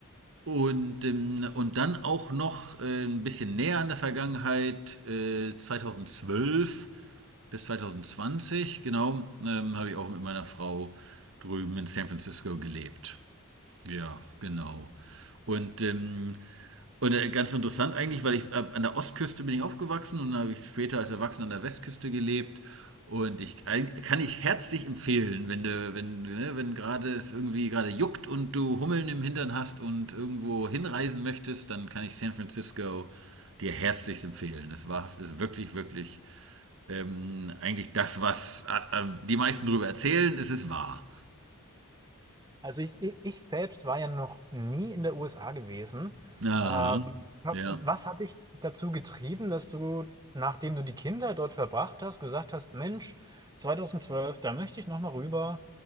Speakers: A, on the right; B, on the right.
A: Und, ähm, und dann auch noch äh, ein bisschen näher an der Vergangenheit, äh, 2012 bis 2020, genau, ähm, habe ich auch mit meiner Frau drüben in San Francisco gelebt. Ja, genau. Und, ähm, und äh, ganz interessant eigentlich, weil ich äh, an der Ostküste bin ich aufgewachsen und dann habe ich später als Erwachsener an der Westküste gelebt. Und ich eig- kann ich herzlich empfehlen, wenn du, wenn, ne, wenn gerade es irgendwie gerade juckt und du Hummeln im Hintern hast und irgendwo hinreisen möchtest, dann kann ich San Francisco dir herzlich empfehlen. Es war es ist wirklich, wirklich ähm, eigentlich das, was äh, äh, die meisten drüber erzählen, es ist wahr.
B: Also ich, ich, ich selbst war ja noch nie in der USA gewesen.
A: Aha.
B: Ähm, wa-
A: Ja.
B: was hat dich dazu getrieben, dass du, nachdem du die Kinder dort verbracht hast, gesagt hast, Mensch, 2012, da möchte ich nochmal rüber.